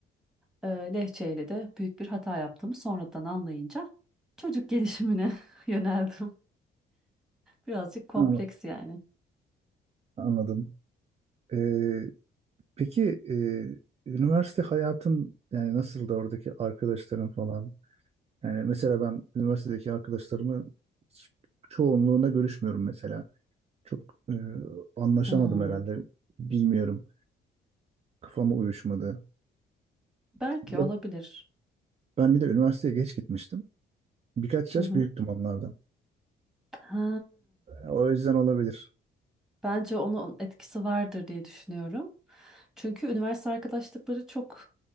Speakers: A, in the centre; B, on the right.
A: e, lehçeyle de büyük bir hata yaptığımı sonradan anlayınca çocuk gelişimine <laughs> yöneldim. Birazcık kompleks
B: Ha,
A: yani.
B: anladım. Ee, peki e, üniversite hayatın yani nasıldı oradaki arkadaşların falan? Yani mesela ben üniversitedeki arkadaşlarımı hiç- çoğunluğuna görüşmüyorum mesela. Çok e, anlaşamadım
A: Hmm,
B: herhalde. Bilmiyorum. Kafama uyuşmadı.
A: belki
B: Bir de
A: olabilir.
B: ben bir de üniversiteye geç gitmiştim. Birkaç yaş
A: Hı hı.
B: büyüktüm onlardan.
A: Ha,
B: O yüzden olabilir.
A: bence onun etkisi vardır diye düşünüyorum. Çünkü üniversite arkadaşlıkları çok